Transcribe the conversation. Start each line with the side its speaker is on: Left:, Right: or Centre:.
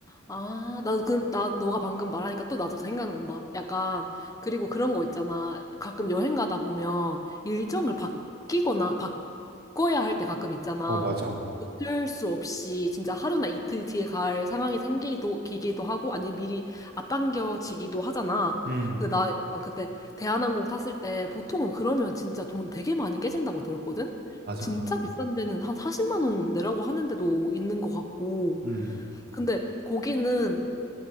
Left: 아, 나도 그, 나, 너가 방금 말하니까 또 나도 생각난다. 약간, 그리고 그런 거 있잖아. 가끔 여행 가다 보면 일정을 바뀌거나 바꿔야 할 때 가끔 있잖아.
Right: 어 맞아.
Left: 어쩔 수 없이 진짜 하루나 이틀 뒤에 갈 상황이 생기기도 기기도 하고 아니 미리 앞당겨지기도 하잖아.
Right: 음
Left: 근데 나 약간 그때 대한항공 탔을 때 보통은 그러면 진짜 돈 되게 많이 깨진다고 들었거든.
Right: 맞아.
Left: 진짜 비싼 데는 한 40만 원 내라고 하는 데도 있는 것 같고.
Right: 음
Left: 근데 거기는